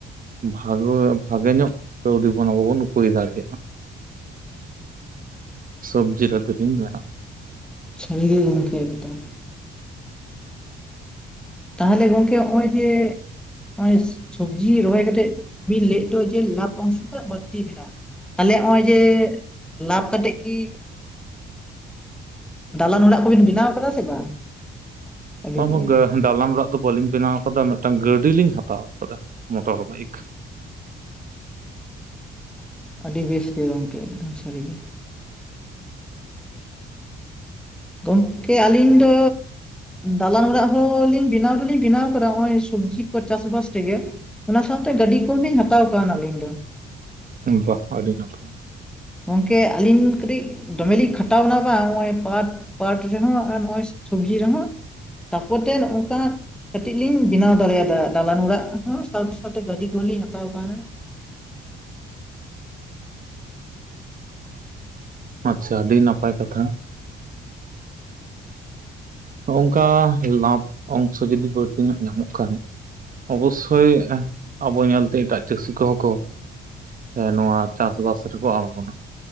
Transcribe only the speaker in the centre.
ᱥᱟᱨᱤᱜᱮ <unintelligible> ᱛᱟᱦᱮᱞᱮ ᱜᱚᱝᱠᱮ ᱱᱚᱜᱼᱚᱭ ᱡᱮ ᱱᱚᱜᱚᱭ ᱥᱚᱵᱡᱤ ᱨᱚᱦᱚᱭ ᱠᱟᱛᱮᱜ ᱵᱤᱱ ᱞᱟᱹᱭ ᱫᱚ ᱡᱮ ᱞᱟᱵᱷ ᱚᱝᱥᱚ ᱫᱚ ᱵᱟᱹᱲᱛᱤ ᱢᱮᱱᱟᱜᱼᱟ ᱛᱟᱞᱮ ᱚᱜᱼᱚᱭ ᱡᱮ ᱞᱟᱵᱷ ᱠᱟᱛᱮᱫ ᱠᱤ ᱫᱟᱞᱟᱱ ᱚᱲᱟᱜ ᱠᱚᱵᱤᱱ ᱵᱮᱱᱟᱣ ᱟᱠᱟᱫᱟ ᱥᱮ ᱵᱟᱝ? ᱟᱹᱵᱤᱱ
ᱫᱚ
ᱟᱹᱰᱤ ᱵᱮᱥ ᱜᱮ ᱜᱚᱢᱠᱮ ᱮᱠᱫᱚᱢ ᱥᱟᱹᱨᱤᱜᱮ ᱜᱚᱝᱠᱮ ᱟᱹᱞᱤᱧ ᱫᱚ ᱫᱟᱞᱟᱱ ᱚᱲᱟᱜ ᱦᱚᱸᱞᱤᱧ ᱵᱮᱱᱟᱣ ᱫᱚᱞᱤᱧ ᱵᱮᱱᱟᱣ ᱠᱟᱫᱟ ᱱᱚᱜ ᱚᱭ ᱥᱚᱵᱡᱤ ᱠᱚ ᱪᱟᱥ ᱵᱟᱥ ᱛᱮᱜᱮ ᱚᱱᱟ ᱥᱟᱶᱛᱮ ᱜᱟᱹᱰᱤ ᱠᱚᱦᱚᱸ ᱞᱤᱧ ᱦᱟᱛᱟᱣ ᱠᱟᱣᱱᱟ ᱟᱹᱞᱤᱧ ᱫᱚ
ᱜᱚᱝᱠᱮ ᱟᱹᱞᱤᱧ ᱠᱟᱹᱴᱤᱡ ᱫᱚᱢᱮ ᱞᱤᱧ ᱠᱷᱟᱴᱟᱣᱱᱟ ᱵᱟᱝ ᱱᱚᱜᱼᱚᱭ ᱯᱟᱴ ᱯᱟᱴ ᱨᱮᱦᱚᱸ ᱱᱚᱜᱚᱭ ᱥᱚᱵᱡᱤ ᱨᱮᱦᱚᱸ ᱛᱟᱯᱚᱨᱮ ᱚᱚᱜᱚᱝᱠᱟ ᱠᱟᱹᱴᱤᱡ ᱞᱤᱧ ᱵᱤᱱᱟᱣ ᱫᱟᱲᱮᱭᱟᱫᱟ ᱫᱟᱞᱟᱱ ᱚᱲᱟᱜ ᱦᱚᱸ ᱥᱟᱶᱛᱮ ᱥᱟᱶᱛᱮ ᱜᱟᱹᱰᱤ ᱠᱚ ᱦᱚᱸ ᱞᱤᱧ ᱦᱟᱛᱟᱣ ᱠᱟᱣᱱᱟ